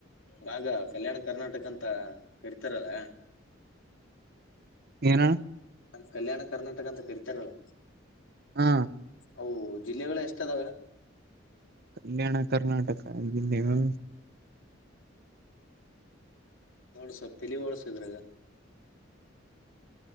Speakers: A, on the left; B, on the right.
A: ಭಾಗ ಕಲ್ಯಾಣ ಕರ್ನಾಟಕ ಅಂತ ಕರಿತಾರಲ್ಲ.
B: ಏನಣ.
A: ನಮ್ಮ ಕಲ್ಯಾಣ ಕರ್ನಾಟಕ ಅಂತ ಕರಿತಾರಲ್ಲ.
B: ಹಾ
A: ಅವು ಜಿಲ್ಲೆಗಳು ಎಷ್ಟ ಅದಾವ.
B: ಕಲ್ಯಾಣ ಕರ್ನಾಟಕ ಜಿಲ್ಲೆಗಳು.
A: ನೋಡ್ಸ ತಲಿ ಓಡ್ಸ ಇದ್ರಗ.